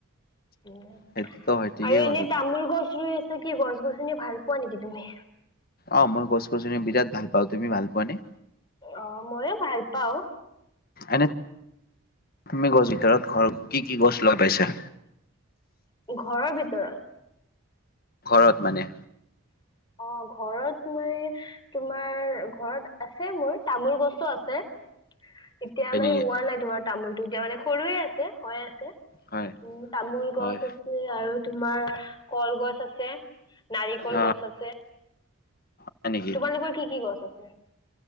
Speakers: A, on the left (about 20°); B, on the left (about 45°).
A: উম,
B: সেইটোতো হয় ঠিকেই
A: আৰু এনে
B: ক'লা তুমি।
A: তামোল গছ ৰুই আছ ছে কি গছ-গছনি ভাল পোৱা নেকি তুমি?
B: অ', মই গছ-গছনি বিৰাট ভাল পাওঁ, তুমি ভাল পোৱা নে?
A: অ', ময়ো ভাল পাওঁ।
B: এনে প্ৰথম গছ ভিতৰত ঘৰ কি কি গছ লৈ পাইছে?
A: ঘৰৰ ভিতৰত?
B: ঘৰত মানে।
A: অ', ঘৰত মই তোমাৰ ঘৰত আছে মোৰ তামোল গছো আছে। এতিয়া
B: হয়
A: মানে
B: নেকি
A: হোৱা নাই তোমাৰ তামোলটো এতিয়া মানে সৰুয়ে আছে, হয় আছে।
B: হয়
A: উম, তামোল গছ
B: হয়
A: আছে আৰু তোমাৰ কলগছ আছ ছে নাৰিকল
B: অ
A: গছ আছে।
B: হয় নেকি
A: তোমালোকৰ কি কি গছ আছে?